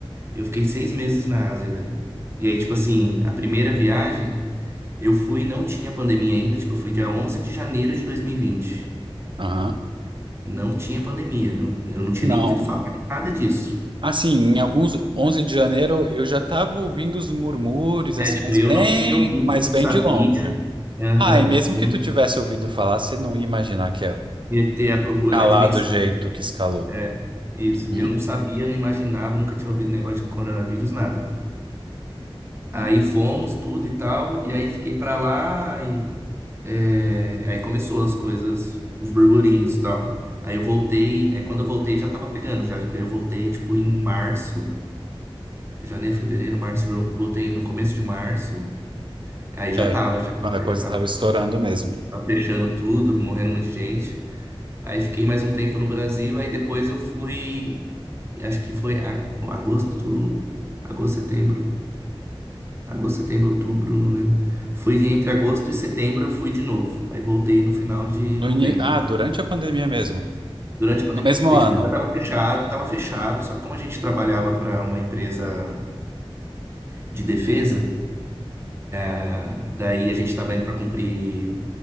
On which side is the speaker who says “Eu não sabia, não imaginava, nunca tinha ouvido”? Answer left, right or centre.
Right